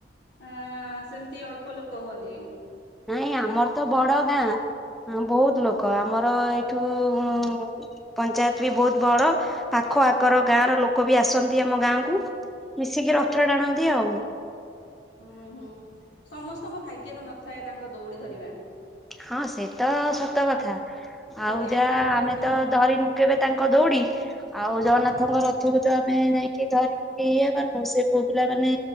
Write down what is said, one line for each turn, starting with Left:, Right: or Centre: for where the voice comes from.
Left: ଆ ସେମତି ଅଳ୍ପ ଲୋକ ହୁଅନ୍ତି?
Centre: ନାଇଁ ଆମର ତ ବଡ ଗାଁ ଆଉଁ ବୋହୁତ ଲୋକ ଆମର ଏଠୁ ଉଁ ପଞ୍ଚାୟତ ବି ବୋହୁତ ବଡ ପାଖ ଆଖର ଗାଁର ଲୋକ ବି ଆସନ୍ତି ଆମ ଗାଁକୁ। ମିଶିକି ରଥ ଟାଣନ୍ତି ଆଉ।
Left: ଉୁଁ ହୁଁ ସମସ୍ତଙ୍କ ଭାଗ୍ୟରେ ନଥାଏ ତାଙ୍କ ଦୌଡି ଧରିବା।
Centre: ହଁ ସେଟା ସତ କଥା
Left: ଯଦି
Centre: ଆଉ ଯାହା
Left: ଆମ ଭାଗ୍ୟରେ
Centre: ଆମେ
Left: ଥିବ
Centre: ତ ଧରିନୁ। କେବେ ତାଙ୍କ ଦୌଡ଼ି ଆଉ ଜଗନ୍ନାଥଙ୍କ
Left: ଆଜ୍ଞା
Centre: ରଥକୁ ତ ଆମେ ଯାଇକି ଧରିକି ଇଏ କରନୁ ସେ ପୁଅ ପିଲାମାନେ